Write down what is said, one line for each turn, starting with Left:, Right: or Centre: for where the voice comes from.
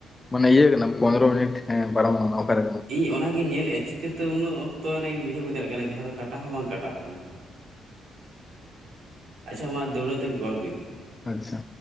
Left: ᱢᱟᱱᱮ ᱤᱭᱟᱹ ᱠᱟᱱᱟ ᱯᱚᱱᱨ ᱢᱤᱱᱤᱴ ᱮᱸ ᱯᱟᱨᱚᱢ ᱟᱠᱟᱱᱟ ᱚᱠᱟᱨᱮ
Right: ᱤᱧ ᱚᱱᱟᱜᱤᱧ ᱧᱮᱞᱮᱜᱼᱟ ᱪᱤᱠᱟᱹᱛᱮ ᱩᱱᱟᱹᱜ ᱚᱠᱛᱚ ᱮᱱᱟ ᱤᱧ ᱵᱩᱡᱷᱟᱹᱣ ᱵᱟᱹᱧ ᱫᱟᱲᱮᱭᱟᱜ ᱠᱟᱱᱟ ᱡᱟᱦᱟᱸ ᱫᱚ ᱠᱟᱴᱟ ᱦᱚᱸ ᱵᱟᱝ ᱠᱟᱴᱟᱜ ᱠᱟᱱᱟ? ᱟᱪ-ᱪᱷᱟ ᱢᱟ ᱫᱩᱣᱲᱟᱹ ᱛᱮ ᱜᱮ ᱠᱚᱞ ᱵᱤᱱ᱾
Left: ᱟᱪ-ᱪᱷᱟ,